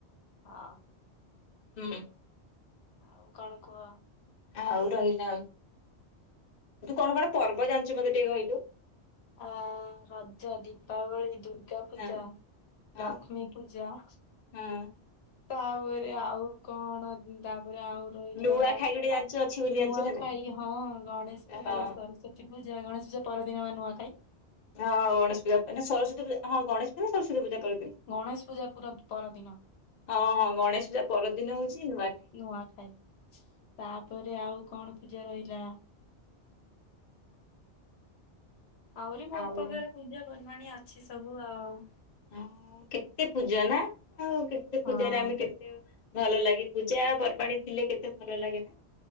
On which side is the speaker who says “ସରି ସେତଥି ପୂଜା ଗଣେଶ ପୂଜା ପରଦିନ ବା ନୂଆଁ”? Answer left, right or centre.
Left